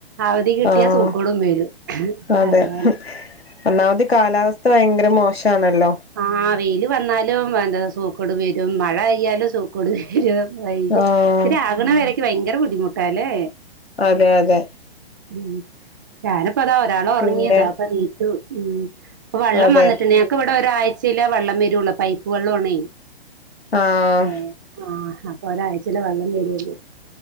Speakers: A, on the right (about 20°); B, on the left (about 75°).
A: അവധി കിട്ടിയാ
B: ആഹ്
A: സൂക്കേടും വരും
B: അതെ
A: അങ്ങനെ
B: ഒന്നാമത് കാലാവസ്ഥ ഭയങ്കര മോശാണല്ലോ
A: ആ വെയില്‌ വന്നാലും എന്താ സൂക്കേട്‌ വരും മഴയ്യാലും സൂ കൊടുവ വൈയ്യ
B: ആഹ്
A: ഇത്തിരി ആകണ വരക്ക് ഭയങ്കര ബുദ്ധിമുട്ടാല്ലേ
B: അതെ അതെ
A: മ്മ് ഞാനിപ്പോ അതാ ഒരാൾ ഉറങ്ങിയതാ
B: പിന്നെ
A: അപ്പൊ നീറ്റു മ്മ് അപ്പൊ വെള്ളം
B: അതെ
A: വന്നിട്ടുണ്ട് ഞങ്ങക്ക് ഇവിടെ ഒരാഴ്ചയില വെള്ളം വരുള്ളൂ പൈപ്പ് വള്ളോണേ
B: ആഹ്
A: ഏഹ് ആഹ് അപ്പൊ ഒരാഴ്ചയില വെള്ളം വരുള്ളൂ